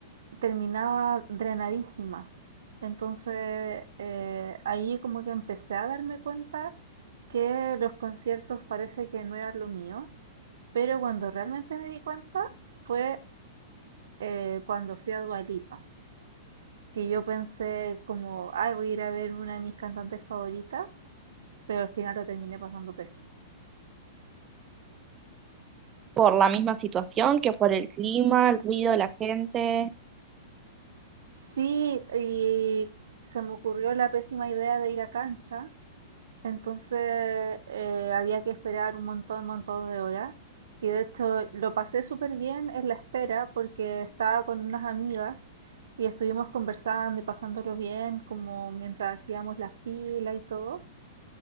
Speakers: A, on the right; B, on the right.
A: terminaba drenadísima. Entonces eh, ahí como que empecé a darme cuenta que los conciertos parece que no eran lo mío, pero cuando realmente me di cuenta fue eh, cuando fui a Dua Lipa, que yo pensé como, ay, voy a ir a ver una de mis cantantes favoritas, pero al final lo terminé pasando pésimo.
B: ¿Por la misma situación que por el clima, el ruido, de la gente?
A: Sí, y se me ocurrió la pésima idea de ir a cancha, Entonces eh, había que esperar un montón, montón de horas. Y de hecho lo pasé súper bien en la espera porque estaba con unas amigas y estuvimos conversando y pasándolo bien como mientras hacíamos la fila y todo.